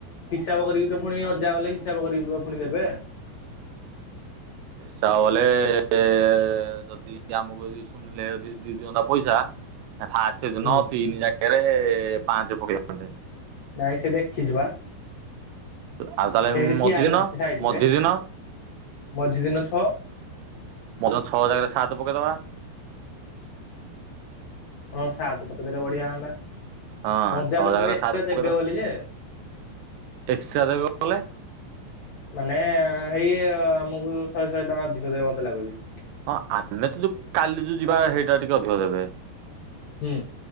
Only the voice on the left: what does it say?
ହିସାବ କରିବି ତ ପୁଣି ଅଜା ଗଲେ ହିସାବ କରି ପୁଣି ଦେବେ।
ହୁଁ।
ନାଇଁ ସେ ଦେଖିଛି ବା।
ସେଇଠି
ଠିଆ ହେଇଥିଲା
ସେ ସାଇଡରେ।
ମଝି ଦିନ ଛଅ
ହ ସାତ ପକେଇଦେଲେ ବଢିଆ ହନ୍ତା
ମଜା
ପ
ଏକ୍ସଟ୍ରା
ଦେବେ ବୋଲି ଯେ
ମାନେ ହେଇ ଆମକୁ ଶହେ ଶହେ ଟଙ୍କା ଅଧିକ ଦେବେ ମତେ ଲାଗୁଛି।
ହୁଁ।